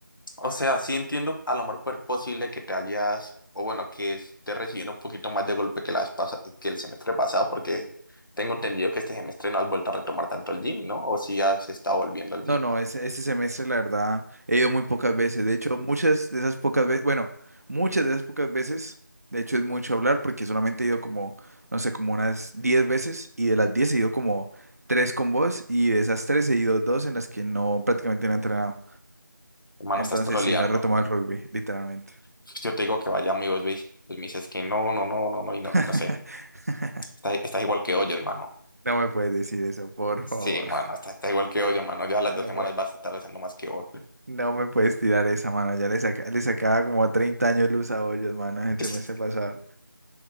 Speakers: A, on the left (about 75°); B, on the right (about 45°).
A: o sea, sí entiendo a lo mejor pues, posible que te hayas, o bueno, que estés recibiendo un poquito más de golpe que la vez pasa- que el semestre pasado, porque tengo entendido que este semestre no has vuelto a retomar tanto el gym, ¿no? O si has estado volviendo al gym.
B: No, no, ese, ese semestre, la verdad, he ido muy pocas veces. De hecho, muchas de esas pocas veces, bueno, muchas de esas pocas veces, de hecho es mucho hablar porque solamente he ido como, no sé, como unas 10 veces y de las 10 he ido como 3 con vos y de esas 3 he ido 2 en las que no, prácticamente no he entrenado.
A: Hermano,
B: Entonces,
A: estás troleando.
B: sí, no he retomado el rugby, literalmente.
A: Pues, Yo te digo que vaya, amigo, y vos veis- pues me dices que no, no, no, no, no, y no,
B: <laughs>
A: y no sé. Estás, estás igual que hoy, hermano.
B: No me puedes decir eso, por
A: Sí,
B: favor.
A: mano,
B: <laughs>
A: está, está igual que hoy, mano. Ya a las
B: Ah,
A: dos semanas
B: bueno.
A: vas a estar haciendo más que vos.
B: No me puedes tirar esa mano, ya le, saca- le sacaba como 30 años luz a hoyos, mano,
A: <laughs>
B: el semestre pasado.